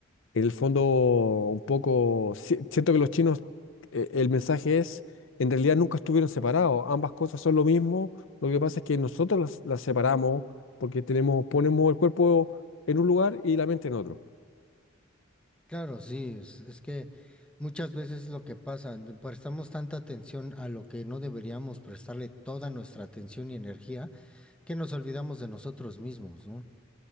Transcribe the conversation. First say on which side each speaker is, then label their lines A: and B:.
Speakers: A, on the left; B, in the centre.
A: en el fondo un poco, si- siento que los chinos, eh, el mensaje es, en realidad nunca estuvieron separados. Ambas cosas son lo mismo. Lo que pasa es que nosotros las, las separamos porque tenemos, ponemos el cuerpo en un lugar y la mente en otro.
B: Claro, sí, es, es que muchas veces lo que pasa, le prestamos tanta atención a lo que no deberíamos prestarle toda nuestra atención y energía, que nos olvidamos de nosotros mismos, ¿no?